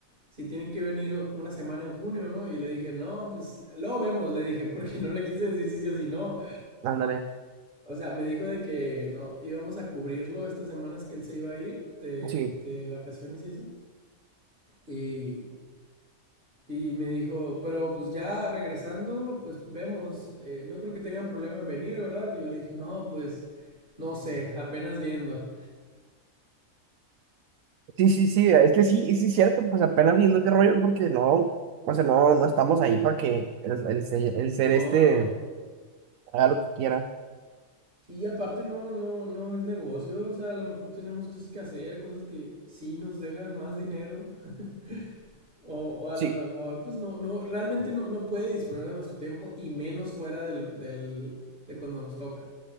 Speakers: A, on the right; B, on the right.
A: si tienen que venir una semana en junio, ¿no? Y le dije, no, pues luego vemos, le dije, porque no le quise decir si sí o si no.
B: Ándale.
A: O sea, me dijo de que no, íbamos a cubrirlo estas semanas que él se iba a ir de,
B: Sí.
A: de vacaciones y eso. Y, y me dijo, pero pues ya regresando, pues vemos, eh, no creo que tengan problema en venir, ¿verdad? Y yo le dije, no, pues no sé, apenas viendo.
B: Sí, sí, sí. Es que sí, sí es cierto, pues apenas viendo qué rollo, porque no, o sea, no, no estamos ahí para que el, el, ser- el ser
A: No,
B: este.
A: no,
B: haga lo que quiera.
A: Sí, aparte no, no, no es negocio, o sea, a lo mejor tenemos cosas que hacer, cosas que sí nos dejan más dinero, <laughs> o, o a
B: Sí,
A: lo mejor, pues no, no, realmente no, no puede disponer de nuestro tiempo y menos fuera del, del, de cuando nos toca.